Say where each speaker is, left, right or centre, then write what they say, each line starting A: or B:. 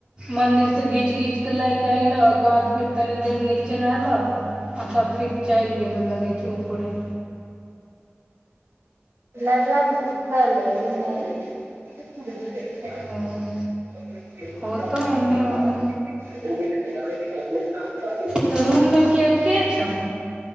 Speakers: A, on the right; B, on the right.
A: मंदिर से घीच घीच के लायके एऐलह ओकर बाद फेर तनी देर नीचे रहलो अच्छा फिर चलि गेलो लगे छै ऊपरे
B: लला त सुतल है नइ है <unintelligible>
A: हँ
B: <unintelligible>
A: होतो एन्ने ओन्ने तऽ रूममे के के छौ